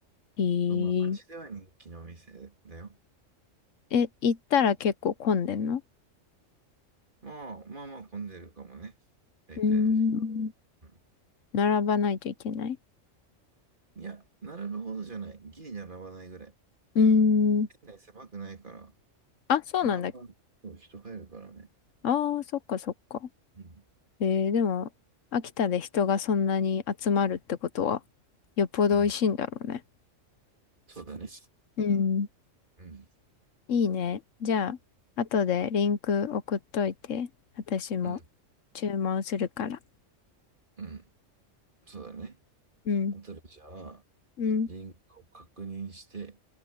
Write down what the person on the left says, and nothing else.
え
ー、え、行ったら結構混んでんの
うーん
並ばないといけない
うーん。
あ、そうなんだ。
ああ、そっかそっか。
えー、でも、秋田で人がそんなに集まるってことは、よっぽど美味しいんだろうね。
うん。
いいね。じゃあ、後でリンク送っといて、私も
注文するから。
うん。
うん。